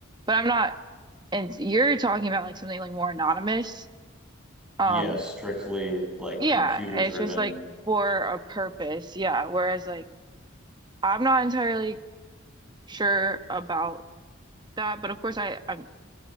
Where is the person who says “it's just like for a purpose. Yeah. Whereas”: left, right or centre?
Right